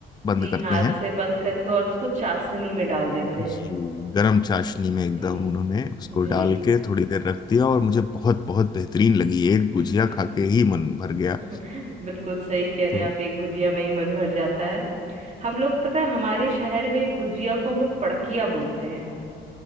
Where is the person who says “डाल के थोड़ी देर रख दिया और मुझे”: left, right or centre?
Left